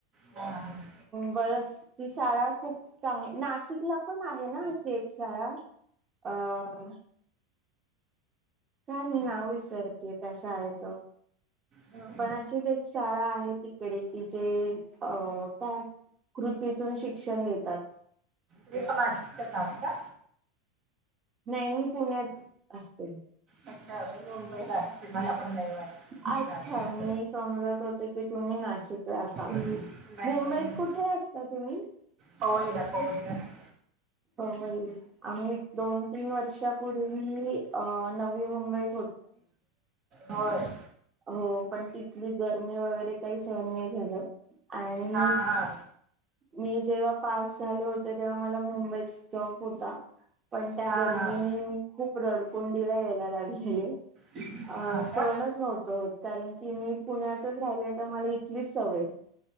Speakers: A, on the right; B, on the right.
A: हा हं
B: बरच ती शाळा खूप चांगली नाशिकला पण आहे ना अशी एक शाळा अ थांब मी नाव विसरतेय त्या शाळेचं
A: हम
B: पण अशीच एक शाळा आहे तिकडे की जे अ काय कृतीतून शिक्षण देतात.
A: द्वीपमासिकच्या तारखा.
B: नाही मी पुण्यात असते.
A: अच्छा मी मुंबईला असते मला पण नाही माहिती.
B: अच्छा
A: नाशिकच.
B: मी समजत होते की तुम्ही नाशिकला असाल.
A: हम्म नाही
B: मुंबईत
A: नाही मी
B: कुठे असता तुम्ही?
A: पवईला पवई ला राहते.
B: पवई आम्ही दोन तीन वर्षापूर्वी अ नवी मुंबई
A: होय
B: हो पण तिथली गर्मी वगैरे काही सहन नाही झालं आणि
A: हा हा.
B: मी जेव्हा पास झाले होते तेव्हा मला मुंबईत जॉब होता पण त्या
A: हा
B: गर्मीनी
A: हा.
B: खूप रडकुंडीला यायला लागलेले
A: हा
B: अ
A: का?
B: सहनच नव्हत होत कारण की मी पुण्यातच राहिले तर मला इथलीच सवय.